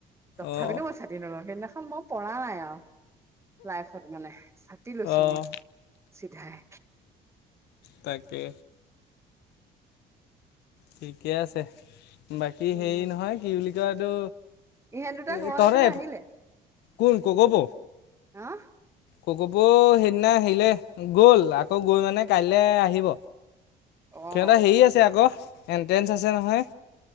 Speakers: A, on the right; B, on the left.
A: তথাপিতো
B: অঁ
A: মই ছাতি সেইদিনাখন মই পৰা নাই আৰু লাইফত মানে ছতি লৈছোঁ
B: অঁ
A: মই। চিধাই
B: তাকে। ঠিকে আছে বাকী
A: উম
B: হেৰি নহয় কি বুলি কয় এইটো
A: ইহঁত দুটা ঘৰত
B: এ তহঁতে
A: আছে নে আহিলে
B: কোন কৌগপ
A: আহ।
B: কৌগপ সেইদিনা আহিলে গল আকৌ গৈ মানে কাইলৈ আহিব।
A: অ অ
B: সিহঁতে হেৰি আছে আক এন্ট্ৰেঞ্চ আছে নহয়।